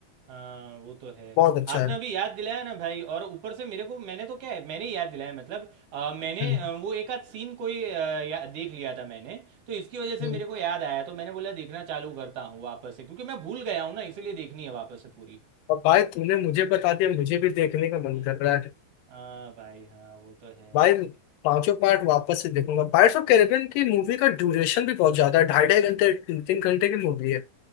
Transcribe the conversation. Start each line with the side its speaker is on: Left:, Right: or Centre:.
Right: हाँ वो तो है
Left: बहुत अच्छा
Right: आपने
Left: है
Right: अभी याद दिलाया ना भाई और ऊपर से मेरे को मैंने तो क्या है मैंने ही याद दिलाया मतलब अ, मैंने
Left: हम्म।
Right: अ, वो एक आध सीन कोई अ, या, देख लिया था मैंने तो इसकी वजह से
Left: हम्म।
Right: मेरे को याद आया तो मैंने बोला देखना चालू करता हूँ वापस से क्योंकि मैं भूल गया हूँ ना इसीलिए देखनी है वापस से पूरी
Left: और भाई तूने मुझे बता दिया मुझे भी देखने का मन
Right: हम्म।
Left: कर रहा है
Right: हाँ भाई हाँ वो तो है
Left: भाई पांचों पार्ट वापस से देखूंगा पायरेट्स ऑफ कैरिबियन की मूवी का ड्यूरेशन भी बहुत ज्यादा है ढाई ढाई घंटे तीन तीन घंटे की मूवी है